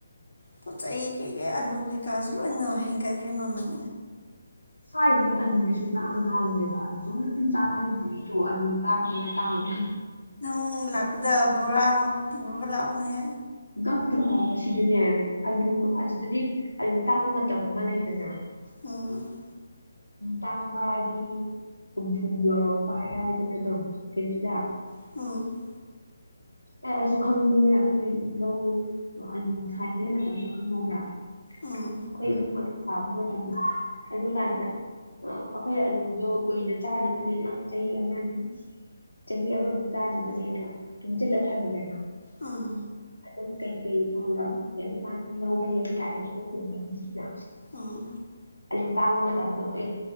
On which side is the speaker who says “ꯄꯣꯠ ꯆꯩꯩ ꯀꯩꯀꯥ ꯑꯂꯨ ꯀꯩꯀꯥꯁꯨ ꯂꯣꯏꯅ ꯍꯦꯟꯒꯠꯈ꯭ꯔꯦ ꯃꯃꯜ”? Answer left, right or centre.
Left